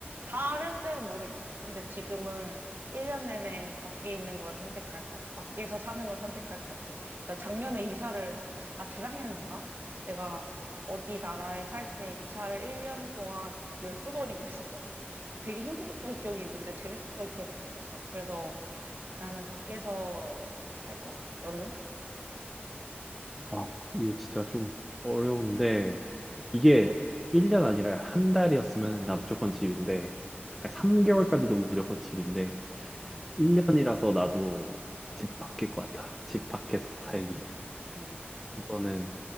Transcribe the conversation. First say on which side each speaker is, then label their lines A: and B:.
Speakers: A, on the right (about 60°); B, in the centre.
A: 다른 때는 모르겠어. 근데 지금은 1년 내내 밖에 있는 걸 선택할 거, 밖에서 사는 걸 선택할 것 같아. 나 작년에 이사를, 아, 재작년인가? 내가 어디 나라에 살 때 이사를 1년 동안 <laughs> 12번인가 했었거든? 근데 되게 힘들었던 기억이 있는데 재밌었던 기억도 있었어. 그래서 나는 밖에서 살 것 같아. 너는?
B: 아, 이거 진짜 좀 어려운데
A: 응,
B: 이게 1년 아니라 한 달이었으면 나 무조건 집인데 아니, 3개월까지도 무조건 집인데
A: 응,
B: 1년이라서 나도 집 밖일 것 같아. 집 밖에서 살기.
A: 응.
B: 이거는